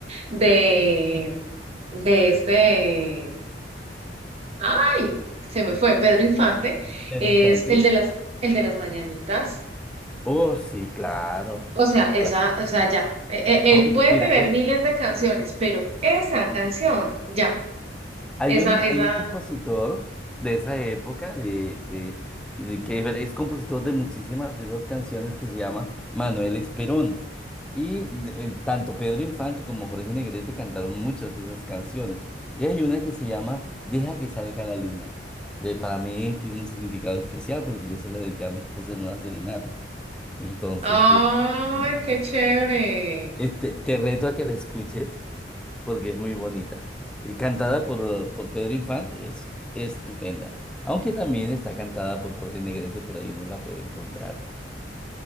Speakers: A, on the right (about 35°); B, in the centre.
A: de de este, ay, se me fue, Pedro Infante,
B: interesante.
A: es el de las, el de las mañanitas.
B: Oh, sí, claro.
A: O sea, esa,
B: Claro.
A: o sea, ya, e- e- él
B: No, y-
A: puede
B: mira,
A: tener miles de canciones, pero esa canción, ya,
B: Hay
A: esa,
B: un,
A: esa,
B: hay un compositor de esa época, de, de, que de- que es compositor de muchísimas de esas canciones que se llama Manuel Esperón. Y de- eh, tanto Pedro Infante como Jorge Negrete cantaron muchas de esas canciones. Y hay una que se llama Deja que salga la luna. De, para mí tiene un significado especial porque yo se la dediqué a mi esposa en una serenata. Entonces,
A: ay,
B: tú te puedes imaginar.
A: qué chévere.
B: Este, te reto a que la escuches porque es muy bonita. Y cantada por, eh, por Pedro Infante, es estupenda. Aunque también está cantada por Jorge Negrete, por ahí uno la puede encontrar.